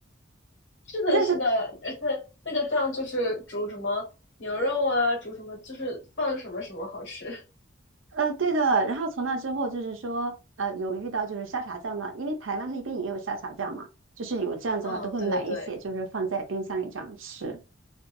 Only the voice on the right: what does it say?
<laughs>
我在这，
呃，对的。然后从那之后就是说，呃，有遇到就是沙茶酱的，因为台湾那边也有沙茶酱嘛，就是有这样子的话，
都会买一些，
就是放在冰箱里这样吃。